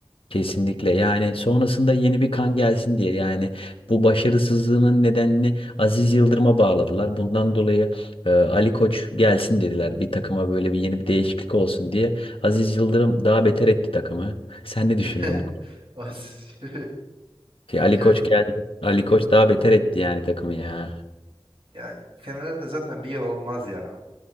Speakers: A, on the left; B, on the right.
A: Kesinlikle yani sonrasında yeni bir kan gelsin diye yani bu başarısızlığının nedenini Aziz Yıldırım'a bağladılar. Bundan dolayı e, Ali Koç gelsin dediler bir takıma böyle bir yeni bir değişiklik olsun diye. Aziz Yıldırım daha beter etti takımı. Sen ne düşünüyorsun
B: <laughs>
A: bu konuda?
B: Aziz. <laughs>
A: Ki Ali
B: Yani
A: Koç geldi. Ali Koç daha beter etti yani takımı ya.
B: yani Fener'de zaten bir yıl olmaz ya.